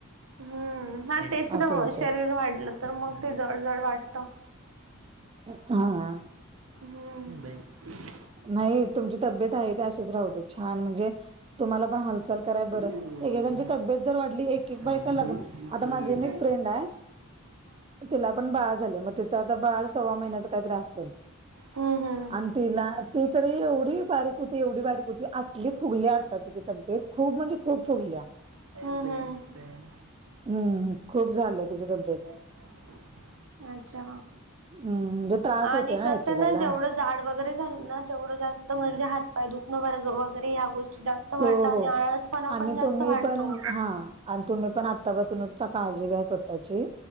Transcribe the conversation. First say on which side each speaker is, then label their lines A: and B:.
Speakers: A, on the right; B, on the right.
A: हम्म हा तेच ना
B: असं
A: मग
B: होते
A: शरीर वाढलं, तर मग ते जड जड वाटतं.
B: हा. हां..
A: हूं...
B: नाही तुमची तब्येत आहे ते अशीच राहू दे छान म्हणजे तुम्हांला पण हाल - चाल कराय
A: हम्म
B: बरं एकेकांची तब्येत जर वाढली, एक -एक
A: हा
B: बायका
A: हम्म
B: लग्
A: हम्म
B: आता माझे एक फ्रेंड हाय, तिला पण बाळ झालं मग तिचं आता बाळ सव्वा महिन्याच काहीतरी असल,
A: हूं.. हूं..
B: आणि तिला ती तरी एवढी, बारीक होती एवढी बारीक होती, असली फुगल्या आता तिची तब्येत खूप म्हणजे खूप फुगल्या.
A: हूं.. हूं.
B: हूं.... खूप झाल्या तिची तब्बे
A: <unintelligible>
B: -
A: अच्छा
B: हम्म म्हणजे त्रास
A: आणि
B: होतोय ना
A: कसा
B: एकेकाला
A: न जेवढं झाड- वगैरे झाल ना तेवढं जास्त म्हणजे हात पाय दुखणं वगैरे ह्या गोष्टी - जास्त वाढतात,
B: हो, हो.
A: आणि आळसपणा
B: आणि
A: पण जास्त
B: तुम्ही
A: वाढतो.
B: पण हां आणि तुम्ही पण आत्तापासूनच काळजी घ्या स्वतःची.